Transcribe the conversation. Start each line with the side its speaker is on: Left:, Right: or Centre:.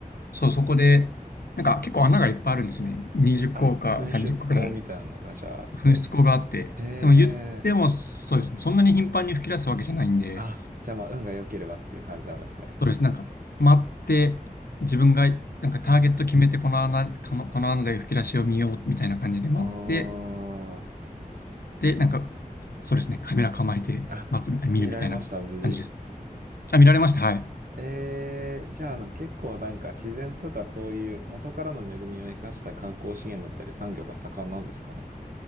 Left: そう、そこで、なんか結構穴がいっぱいあるんですね。20個か30個くらい
Right: あ、噴出口みたいなのがじゃああって。
Left: 噴出口があって、
Right: へえ。
Left: でも言っても、そうですね、そんなに頻繁に噴き出すわけじゃないんで、
Right: あ、じゃあまあ運が良ければっていう感じなんですね。
Left: そうです、なんか、待って、自分が、なんかターゲット決めて、
Right: はいはい。
Left: この穴、この、この穴で吹き出しを見ようみたいな感じで待って、
Right: ああ。
Left: で、なんか、そうですね、カメラ構えて待つ、
Right: あ、
Left: あ見るみたいな感じです。
Right: 見られました、無事。
Left: あ、見られました、はい。
Right: えー、じゃあ、あの、結構なんか自然とかそういう元からの恵みを生かした観光資源だったり産業が盛んなんですかね。